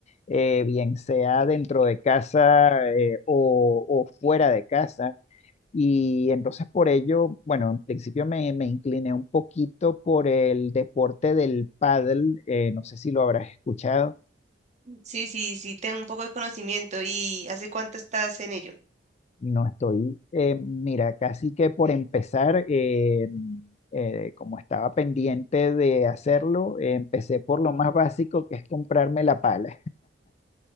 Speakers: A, on the left (about 40°); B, on the right (about 40°).
A: eh, bien sea dentro de casa eh, o, o fuera de casa. Y entonces por ello, bueno, en principio me, me incliné un poquito por el deporte del pádel, eh, no sé si lo habrás escuchado,
B: Sí, sí, sí, tengo un poco de conocimiento. ¿Y hace cuánto estás en ello?
A: no estoy, eh, mira, casi que por empezar, eh, eh, como estaba pendiente de hacerlo, eh, empecé por lo más básico que es comprarme la pala.